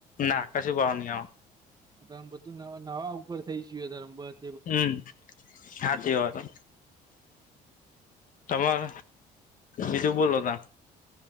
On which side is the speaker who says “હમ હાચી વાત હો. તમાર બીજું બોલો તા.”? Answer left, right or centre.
Left